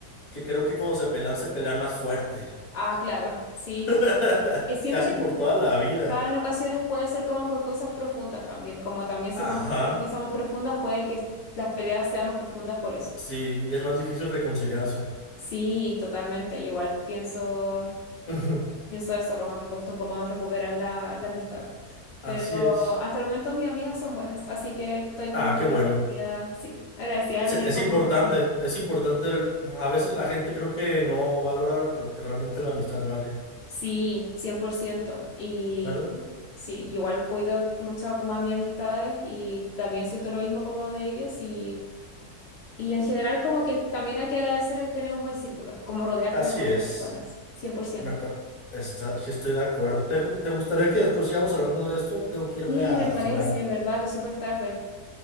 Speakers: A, on the left; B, on the left.
A: que creo que cuando se pelean, se pelean más fuerte.
B: Ah, claro, sí.
A: <laughs>
B: Que siento
A: Casi
B: que
A: por toda la vida.
B: quizá en ocasiones puede ser como por cosas profundas también, como también
A: Ajá,
B: se convierte en cosas más profundas, puede que las peleas sean más profundas por eso.
A: sí, y es más difícil reconciliarse.
B: Sí, totalmente. Igual pienso,
A: <laughs>
B: pienso eso, como que cuesta un poco más recuperar la, la amistad.
A: Así
B: Pero
A: es.
B: hasta el momento mis amigas son buenas, así que estoy como
A: Ah, qué bueno.
B: agradecida, sí, agradecida
A: Es,
B: de tener
A: es
B: como...
A: importante, es importante. el- a veces la gente creo que no valora lo que realmente la amistad vale,
B: Sí, cien por ciento Y
A: ¿verdad?
B: sí, igual cuido mucho como a mis amistades y también siento lo mismo como de ellos y, y en general como que también hay que agradecer es tener un buen círculo, como rodearte
A: Así
B: de buenas
A: es.
B: personas, cien por ciento
A: Me pa- está, sí estoy de acuerdo. ¿Te, gu- te gustaría que después sigamos hablando de esto? Tengo que irme
B: Sí,
A: a
B: me parece,
A: cenar.
B: ¿verdad? Que es súper tarde.